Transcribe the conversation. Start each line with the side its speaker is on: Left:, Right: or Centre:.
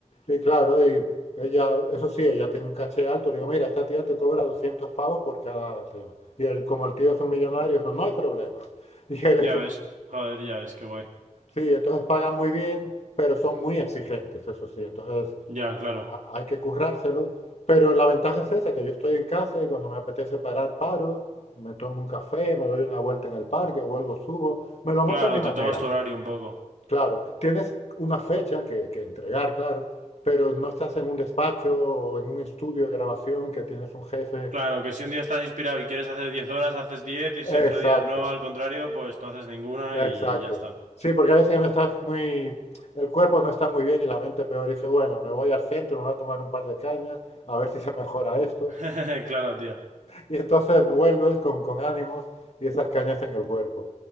Left: y claro, y ella, eso sí, ella tiene un caché alto. Le digo, mira, esta tía te cobra 200 pavos por cada tema. Y él, como el tío es un millonario, dijo, no hay problema. <laughs> Y él,
Right: ya ves. Joder, ya ves, qué guay.
Left: sí, entonces pagan muy bien, pero son muy exigentes, eso sí. Entonces
Right: Ya, claro.
Left: a- hay que currárselo, pero la ventaja es esa, que yo estoy en casa y cuando me apetece parar, paro, me tomo un café, me doy una vuelta en el parque, vuelvo, subo, me lo
Right: Claro,
Left: monto a mi manera.
Right: te tomas tu horario un poco.
Left: Claro, tienes una fecha que, que entregar, claro, pero no estás en un despacho o en un estudio de grabación que tienes un jefe.
Right: Claro, que si un día estás inspirado y quieres hacer 10 horas, haces 10 y si otro
Left: Exacto,
Right: día no, al contrario, pues no haces ninguna
Left: exacto.
Right: y ya está.
Left: Sí, porque a veces no estás muy, el cuerpo no está muy bien y la mente peor. Y dice, bueno, me voy al centro, me voy a tomar un par de cañas, a ver si se mejora esto.
Right: <laughs> Claro, tío.
Left: Y entonces vuelves con, con ánimos y esas cañas en el cuerpo.